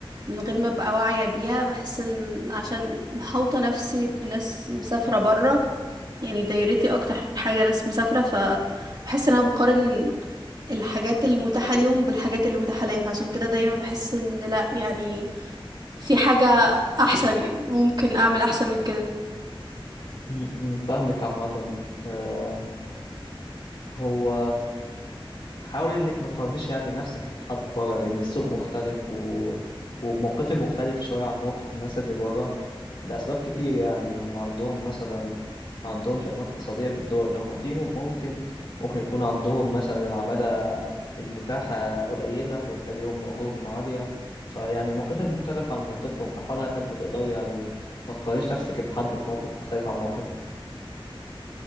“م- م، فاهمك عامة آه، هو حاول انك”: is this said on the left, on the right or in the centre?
Left